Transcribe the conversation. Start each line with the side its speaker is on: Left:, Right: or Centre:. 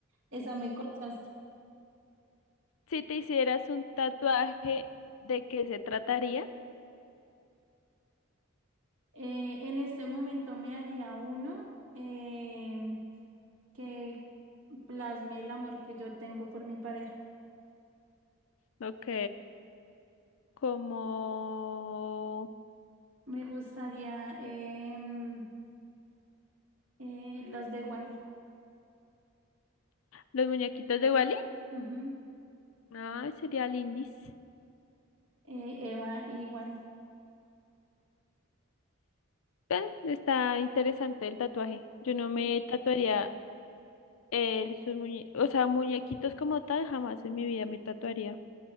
Right: Esa me cortaste.
Left: si te hicieras un tatuaje, ¿de qué se trataría?
Right: Eh, en este momento me haría uno eh, que plasme el amor que yo tengo por mi pareja.
Left: Ok, como
Right: Me gustaría em, eh, los de Wally.
Left: los muñequitos de Wally.
Right: Ujú.
Left: Ay, sería lindis.
Right: Eh, Eva y Wally.
Left: Ve, Está interesante el tatuaje. Yo no
Right: <laughs>
Left: me tatuaría eh, sus muñe- o sea, muñequitos como tal, jamás en mi vida me tatuaría.